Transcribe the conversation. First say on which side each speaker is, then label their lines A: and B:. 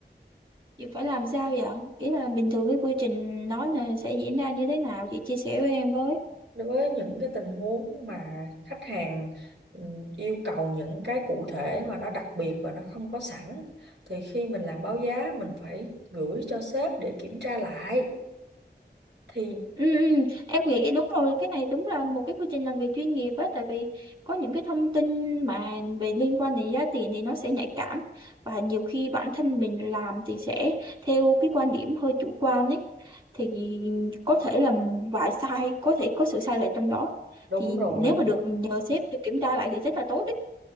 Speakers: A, on the right (about 25°); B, on the right (about 75°).
A: chị phải làm sao vậy ý là bình thường cái quy trình đó là sẽ diễn ra như thế nào chị chia sẻ với em với
B: đối với những cái tình huống mà khách hàng ừ, yêu cầu những cái cụ thể và nó đặc biệt và nó không có sẵn thì khi mình làm báo giá mình phải gửi cho sếp để kiểm tra lại thì
A: Ừ, ừ, em nghĩ đúng rồi cái này đúng là một cái quy trình làm việc chuyên nghiệp á tại vì có những cái thông tin mà về liên quan đến giá tiền thì nó sẽ nhạy cảm và nhiều khi bản thân mình làm thì sẽ theo cái quan điểm hơi chủ quan ấy thì có thể là vài sai có thể có sự sai lệch trong đó
B: đúng
A: thì
B: rồi
A: nếu mà được nhờ sếp được kiểm tra lại thì rất là tốt